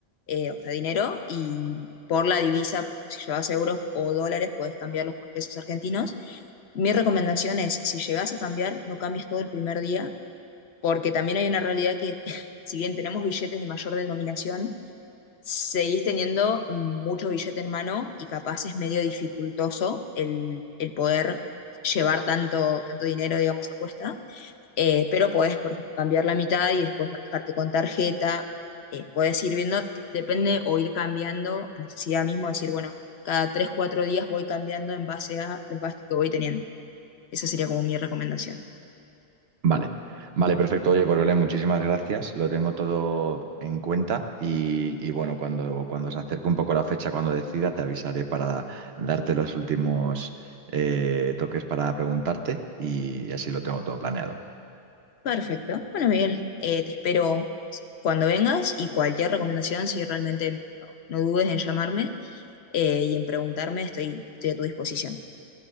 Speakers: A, on the left; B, on the right.
A: eh, o sea, dinero, y por la divisa, pues, si llevas euros o dólares, podés cambiarlos por pesos argentinos. Mi recomendación es, si llegás a cambiar, no cambies todo el primer día, porque también hay una realidad que, <laughs> si bien tenemos billetes de mayor denominación, seguís teniendo mucho billete en mano y capaz es medio dificultoso el, el poder llevar tanto, tanto dinero, digamos, a cuesta eh, pero podés, por ejemplo, cambiar la mitad y después manejarte con tarjeta. eh, podés ir viendo, depende o ir cambiando a necesidad mismo, decir, bueno, cada 3 4 días voy cambiando en base a los gastos que voy teniendo. Esa sería como mi recomendación.
B: Vale, vale, perfecto. Oye, pues Belén, muchísimas gracias. Lo tengo todo en cuenta y, y bueno, cuando, cuando se acerque un poco la fecha, cuando decida, te avisaré para darte los últimos eh, toques para preguntarte y así lo tengo todo planeado.
A: Perfecto. Bueno, Miguel, eh, te espero cuando vengas y cualquier recomendación, si realmente no, no dudes en llamarme eh, y en preguntarme, estoy, estoy a tu disposición.